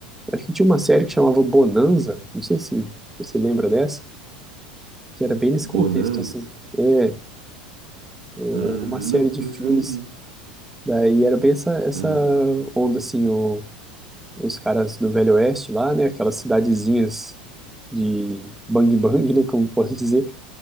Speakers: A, in the centre; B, on the right.
A: Acho que tinha uma série que chamava Bonanza, não sei se você lembra dessa, que era bem nesse
B: Bonanza?
A: contexto, assim. É, eu-
B: Ah,
A: era uma série
B: não,
A: de
B: eu
A: filmes,
B: acho que eu não vi.
A: daí era bem essa, essa
B: Ah,
A: onda, assim, o os caras do Velho Oeste lá, né? Aquelas cidadezinhas de Bang Bang, né? Como posso dizer,